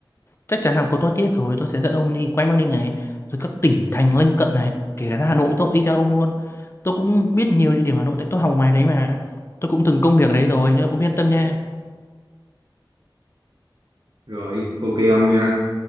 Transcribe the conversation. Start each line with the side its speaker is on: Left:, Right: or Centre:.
Left: chắc chắn là có tôi tiếp rồi, tôi sẽ dẫn ông đi quanh Bắc Ninh này, rồi các tỉnh thành lân cận này, kể cả ra Hà Nội tôi cũng đi theo ông luôn. Tôi cũng biết nhiều địa điểm Hà Nội tại tôi học ngoài đấy mà. Tôi cũng từng công việc ở đấy rồi, nên ông yên tâm nha.
Right: rồi ok ông nha